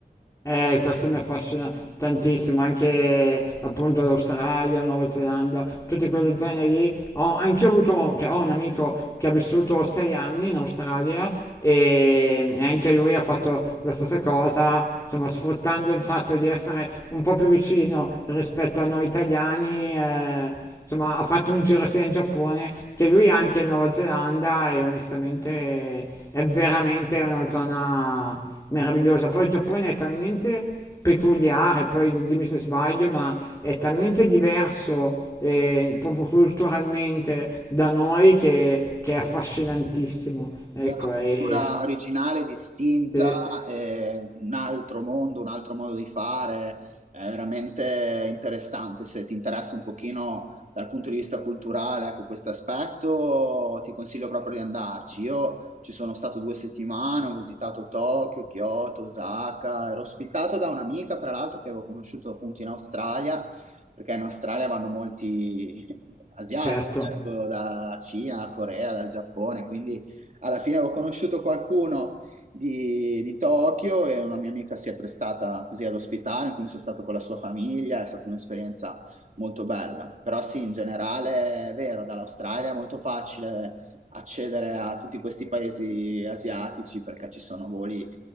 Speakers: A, on the left; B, on the right.
A: Eh, questo mi affascina tantissimo, anche appunto l'Australia, Nuova Zelanda, tutte quelle zone lì. Ho, anch'io ho avuto, cioè, ho un amico che ha vissuto sei anni in Australia e, e anche lui ha fatto la stessa cosa, insomma, sfruttando il fatto di essere un po' più vicino rispetto a noi italiani. eh, Insomma, ha fatto un giro sia in Giappone che lui anche in Nuova Zelanda e onestamente è veramente una zona meravigliosa. Poi il Giappone è talmente peculiare, poi dimmi se sbaglio, ma è talmente diverso eh, proprio culturalmente da noi che, che è affascinantissimo. Ecco,
B: Sì, È una cultura
A: e,
B: originale, distinta,
A: e-
B: è un altro mondo, un altro modo di fare, è veramente interessante. Se ti interessa un pochino dal punto di vista culturale, ecco, questo aspetto, ti consiglio proprio di andarci. Io ci sono stato due settimane, ho visitato Tokyo, Kyoto, Osaka, ero ospitato da un'amica, fra l'altro, che avevo conosciuto appunto in Australia, perché in Australia vanno molti <laughs> asiatici,
A: certo,
B: ecco, da Cina, Corea, dal Giappone, quindi alla fine avevo conosciuto qualcuno di, di Tokyo e una mia amica si è prestata così ad ospitare, quindi sono stato con la sua famiglia, è stata un'esperienza molto bella. Però sì, in generale è vero, dall'Australia è molto facile accedere a tutti questi paesi asiatici perché ci sono voli